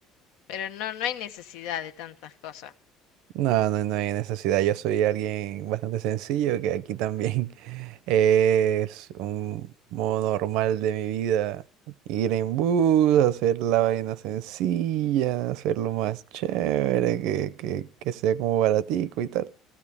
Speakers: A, on the left; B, on the right.
A: Pero no, no hay necesidad de tantas cosas.
B: No, no, no hay necesidad. Yo soy alguien bastante sencillo, que aquí también <laughs> es un modo normal de mi vida. Ir en bus, hacer la vaina sencilla, hacerlo más chévere, que, que, que sea como baratico y tal.